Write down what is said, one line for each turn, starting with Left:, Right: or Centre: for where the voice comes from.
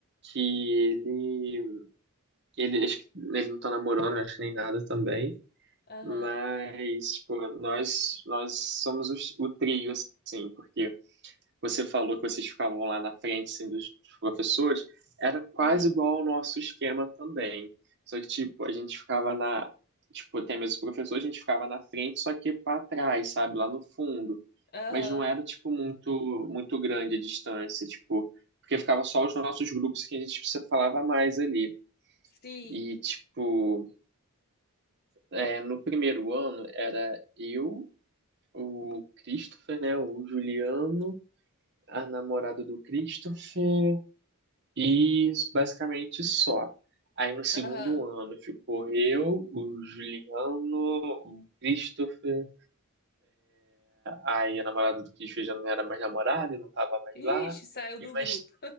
Right: que ele, ele, acho que ele não tá namorando, acho que nem nada também.
Left: Aham.
Right: Mas, tipo, nós, nós somos os- o trio, assim, porque você falou que vocês ficavam lá na frente, assim, dos dos professores, era quase
Left: Aham.
Right: igual ao nosso esquema também. Só que, tipo, a gente ficava na. Tipo, até mesmo os professores a gente ficava na frente, só que para trás, sabe? Lá no fundo.
Left: Aham.
Right: Mas não era, tipo, muito, muito grande a distância, tipo. Porque ficava só os nossos grupos que a gente se falava mais ali.
Left: Sim.
Right: E, tipo, é, no primeiro ano era eu, o Christopher, né? O Juliano, a namorada do Christopher. E basicamente só. Aí no segundo
Left: Aham.
Right: ano ficou eu, o Juliano, o Christopher, aí a namorada do Christopher já não era mais namorada, não tava mais
Left: Ixi,
Right: lá,
Left: saiu
Right: e
Left: do
Right: mais,
Left: grupo.